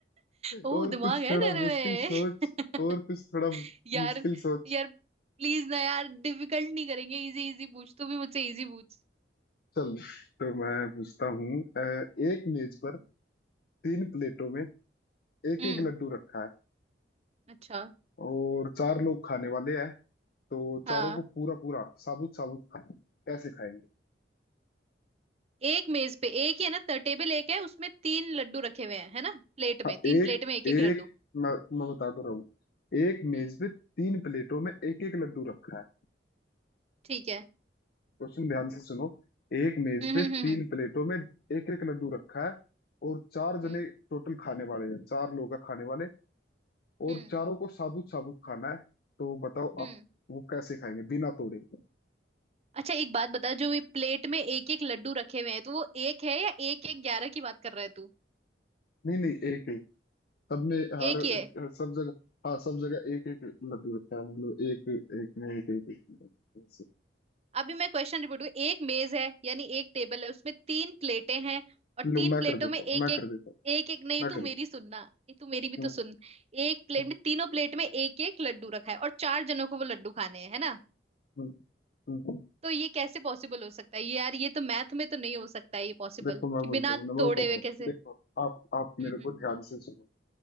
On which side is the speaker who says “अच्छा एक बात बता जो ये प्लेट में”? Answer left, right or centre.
Right